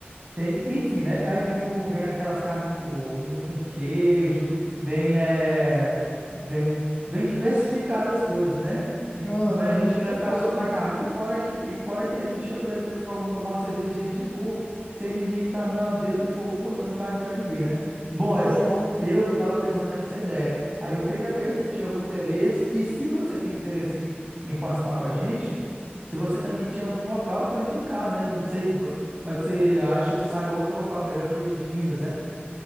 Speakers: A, on the right; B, on the left.
A: tem, enfim, né? Aí vem, o, vem aquelas carnes com, no- com queijo, vem, é, vem, vem diversificadas as coisas, né? E
B: Aham,
A: Não é, a gente
B: muita
A: não ia ficar
B: coisa,
A: só na
B: muita
A: carne.
B: coisa.
A: E fora que, e fora que a gente ia poder to- to- tomar uma cervejinha de boa, sem ninguém estar na beira do fogo cortando carne pra ninguém, né? Bom,
B: Exato,
A: Ed, eu tava pensando nessa ideia. Aí eu queria ver se tu tinha algum interesse. E se você tem interesse em, em participar com a gente, se você também tinha algum local para indicar, né? Não sei. Vai que você acha, saiba outro local melhor que o de Minas, né?